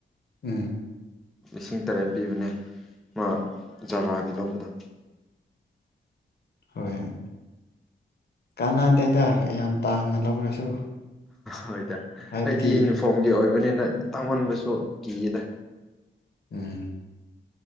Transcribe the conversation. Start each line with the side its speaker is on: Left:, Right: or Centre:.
Left: ꯎꯝ
Centre: ꯂꯤꯁꯤꯡ ꯇꯔꯦꯠ ꯄꯤꯕꯅꯦ ꯃꯥ ꯖꯥꯔꯥꯒꯤ ꯂꯧꯕꯗꯣ
Left: ꯍꯣꯏꯣꯏ ꯀꯥꯟꯅꯗꯦꯗ ꯌꯥꯝ ꯇꯥꯡꯅ ꯂꯧꯔꯁꯨ
Centre: ꯍꯣꯏꯗ
Left: ꯍꯥꯏꯕꯗꯤ
Centre: ꯑꯩꯗꯤ ꯌꯨꯅꯤꯐꯣꯔꯝꯒꯤ ꯑꯣꯏꯕꯅꯤꯅ ꯇꯥꯡꯉꯟꯕꯁꯨ ꯀꯤꯌꯦꯗ
Left: ꯎꯝ